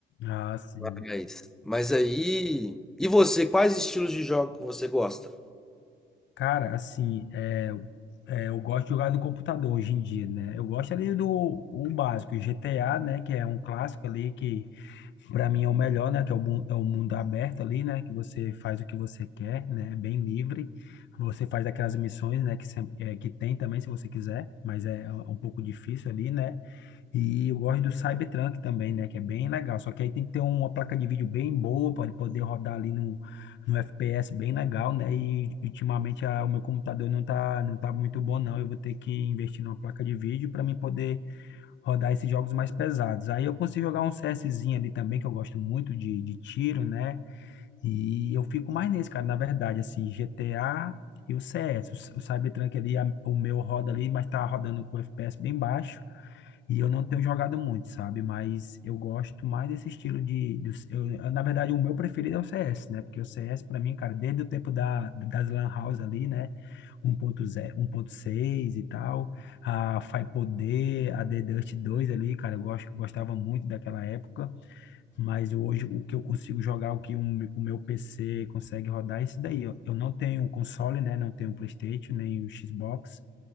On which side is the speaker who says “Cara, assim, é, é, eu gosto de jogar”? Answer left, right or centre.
Left